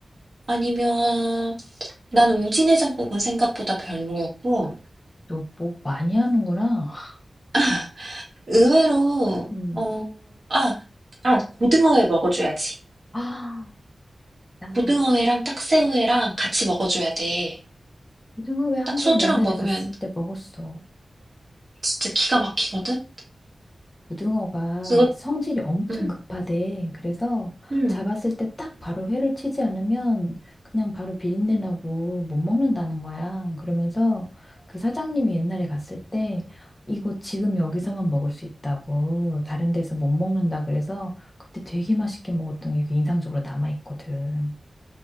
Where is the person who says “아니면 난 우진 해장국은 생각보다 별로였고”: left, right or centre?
Right